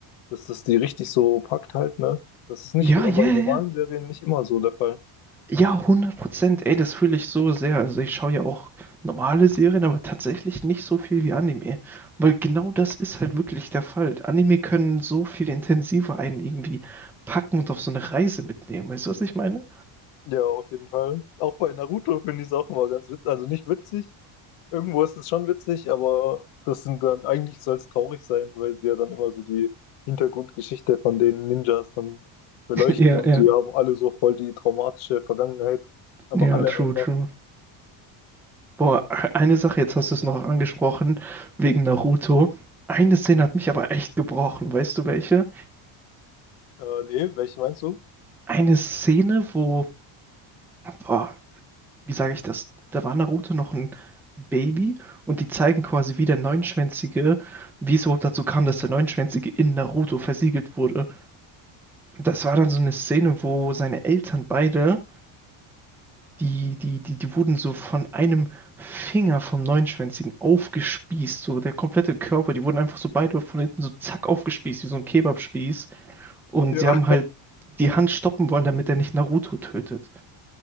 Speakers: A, on the left; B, in the centre.
A: dass das die richtig so packt halt, ne? Das ist nicht
B: Ja,
A: bei
B: ja,
A: normalen
B: ja.
A: Serien nicht immer so der Fall.
B: Ja, hundert Prozent. Ey, das fühle ich so sehr. Also ich schaue ja auch normale Serien, aber tatsächlich nicht so viel wie Anime. Weil genau das ist halt wirklich der Fall. Anime können so viel intensiver einen irgendwie packen und auf so eine Reise mitnehmen. Weißt du, was ich meine?
A: Ja, auf jeden Fall. Auch bei Naruto finde ich es auch immer ganz witzig. Also nicht witzig. Irgendwo ist es schon witzig, aber das sind dann, eigentlich soll es traurig sein, weil sie ja dann immer so die Hintergrundgeschichte von den Ninjas dann beleuchten
B: <laughs> Ja,
A: und
B: ja,
A: die haben alle so voll die traumatische Vergangenheit. Aber
B: ja,
A: alle
B: true,
A: einfach.
B: true. Boah, eine Sache, jetzt hast du es noch angesprochen, wegen Naruto. Eine Szene hat mich aber echt gebrochen, weißt du welche?
A: Äh, nee, welche meinst du?
B: Eine Szene, wo, boah, wie sage ich das? Da war Naruto noch ein Baby und die zeigen quasi, wie der Neunschwänzige, wie es überhaupt dazu kam, dass der Neunschwänzige in Naruto versiegelt wurde. Das war dann so eine Szene, wo seine Eltern beide Die, die, die, die wurden so von einem Finger vom Neunschwänzigen aufgespießt, so der komplette Körper, die wurden einfach so beide von hinten so zack aufgespießt, wie so ein Kebabspieß. Und
A: Ja.
B: sie haben halt
A: <laughs>
B: die Hand stoppen wollen, damit er nicht Naruto tötet.